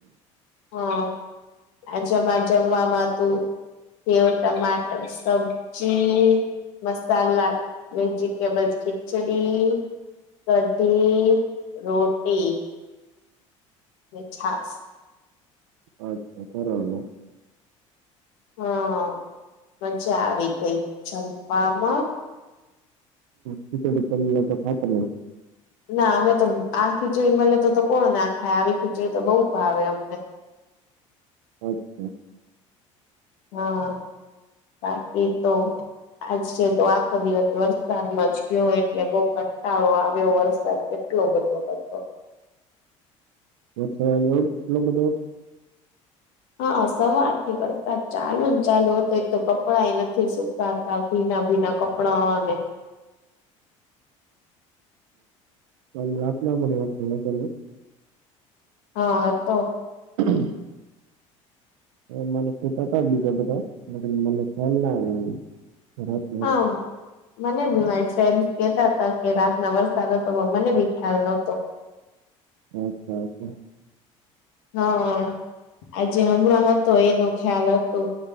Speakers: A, on the left (about 70°); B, on the right (about 75°).
A: હા આજમાં જમવાવામાં તો સેક ટમાટર સબ્જી મસાલા વેજીિટેબલ ખીચડી કઢી, રોટલી છાસ.
B: અચ્છા તોબો. <unintelligible>
A: હા મજા આવી ગઈ જમવામાં.
B: ખીચડી કદી તમ તો ખાત ન.
A: ના અમે તો આ ખીચડી મળને તો કોણ ના ખાય આવી ખીચડી તો બઉુ ભાવે અમને.
B: અચ્છા.
A: હમ્મ બાકી તો આજ છે તો આખો દિવસ વરસાદમાં જ ગયો એટલે બઉ કંટાળો આવ્યો વરસાદ કેટલો બધો હતો.
B: ડ એટલો બધો
A: <inaudible> હા સવારથી વરસાદ ચાલુ ને ચાલુ હતો એ તો કપડાંય નથી સુકાયા. કાતા ભીના ભીના કપડા અને
B: કાલ રાત લડે વાત ત
A: હા હા તો.
B: હમ્મ. મને થતા હતા બીજા બધા મને ખ્યાલ ના હતો. રાતનો
A: હા. મને બી મારી ફ્રેન્ડ કેતા હતા કે રાતના વરસાદ હતો પણ મને બી ખ્યાલ નતો.
B: અચ્છા અચ્છા.
A: હા આજે હમણાં હતો એનો ખ્યાલ હતો.